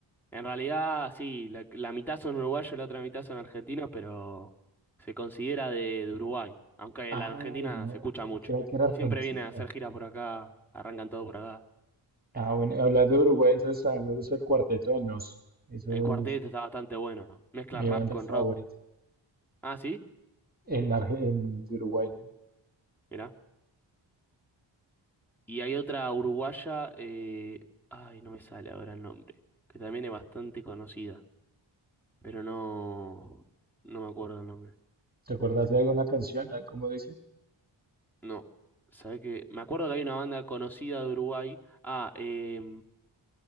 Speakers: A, in the centre; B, on the right (about 20°).
A: En realidad, sí, la, la mitad son uruguayos, la otra mitad son argentinos, pero se considera de, de Uruguay, aunque
B: Ay,
A: la Argentina
B: no,
A: se escucha mucho.
B: yo creía que era argentino.
A: Siempre vienen a hacer giras por acá, arrancan todo por acá.
B: Ah, bueno, hablando de Uruguay, entonces a mí me gusta el Cuarteto de Nos. Eso
A: El cuarteto
B: es
A: está bastante bueno, mezcla
B: mi
A: rap
B: banda
A: con
B: favorita
A: rock. Ah, sí,
B: en, Arge- en de Uruguay, ¿no?
A: mirá. Y hay otra uruguaya, eh, ay, no me sale ahora el nombre, que también es bastante conocida, pero no, no me acuerdo el nombre.
B: ¿Te acuerdas de alguna canción? Ah, ¿Cómo dice?
A: No, ¿sabés qué? Me acuerdo que hay una banda conocida de Uruguay. Ah, eh...